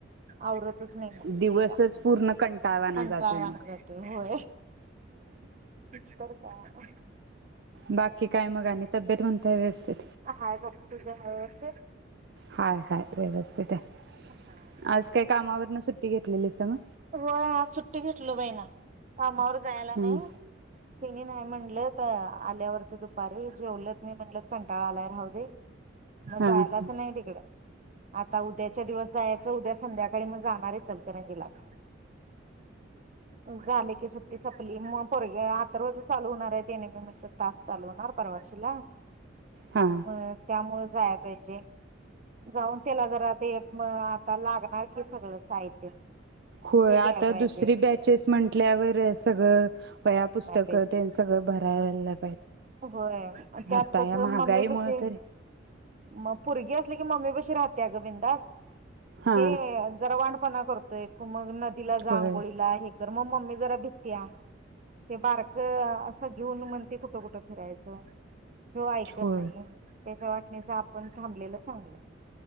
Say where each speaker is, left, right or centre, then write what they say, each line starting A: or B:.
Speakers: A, on the right; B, on the right.
A: आवरत तसं नाही मग
B: दिवसच
A: ते
B: पूर्ण कंटाळवाना
A: कंटाळवाणा
B: जातोय मग.
A: जातंय होय. तर काय
B: बाकी काय मग आणि
A: <inaudible>
B: तब्येत म्हणताय व्यवस्थित.
A: हाय बघ तुझी हाय व्यवस्थित?
B: हाय हाय व्यवस्थित आहे
A: हा
B: आज काय कामावर सुट्टी घेतलेलीस का मग?
A: होय आज सुट्टी घेतल बहिना कामावर जायला
B: हम्म
A: नाही तिनी नाही म्हणलं आल्यावरती दुपारी जेवलत नाही म्हणलत कंटाळा आलाय राहु दे मग
B: हा
A: जायलाच
B: हा
A: नाही तिकडं आता उद्याच्या दिवस जायचं उद्या संध्याकाळी मग जाणार इचलकरंजीलाच झाले की सुट्टी संपली मग पोरग अथर्वच चालू होणार आहे ते एन एम एम एस च तास चालू होणार परवाशीला
B: हा हा.
A: म त्यामुळेच जाया पाहिजे जाऊन त्याला जरा ते आता लागणार की सगळं साहित्य
B: होय
A: ते
B: आता
A: घ्याय पाहिजे
B: दुसरी
A: आणाय
B: बॅचेस म्हटल्यावरच सगळं वह्या पुस्तकं
A: पाहिजे
B: त्यन सगळं भरायला
A: होय त्यात
B: आता
A: कस
B: या महागाईमुळे
A: मम्मी पाशी
B: तर
A: मग पोरगी क ममी पाशी राहतिया ग बिंधास्त
B: हा
A: हे जरा वाण पणा करतोय कु मग तिला जा
B: होय
A: आंगोळीला हे कर मग मम्मी जरा भितीया ते बारक अस घेऊन म्हणते कुठ कुठ फिरायच हो ऐकत
B: होय
A: नाही त्याच्या वाटणीच आपण थांबलेलं चांगलं